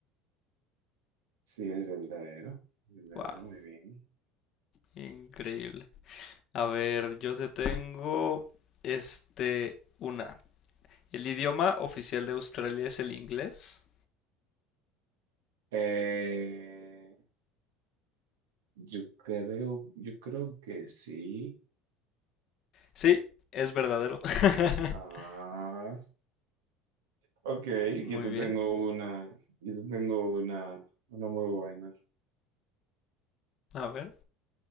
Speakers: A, on the right; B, on the left.
A: sí, es verdadero, verdadero,
B: Wow,
A: muy bien.
B: increíble. A ver, yo te tengo este una. ¿El idioma oficial de Australia es el inglés?
A: Eh, yo creo, yo creo que sí.
B: Sí,
A: Eh,
B: es verdadero. <laughs>
A: ah, ok,
B: Muy
A: yo te
B: bien.
A: tengo una, yo te tengo una, una muy buena.
B: A ver.